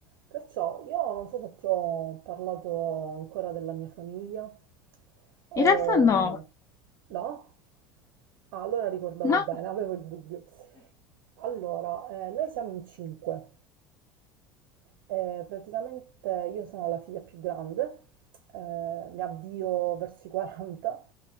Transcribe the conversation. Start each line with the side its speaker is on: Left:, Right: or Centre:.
Right: Perciò io non so se ti ho parlato ancora della mia famiglia
Left: In
Right: o
Left: realtà no,
Right: no? Ah, allora ricordavo
Left: no.
Right: bene, avevo il dubbio. Allora, eh, noi siamo in cinque. Eh, praticamente io sono la figlia più grande, eh, mi avvio verso i 40,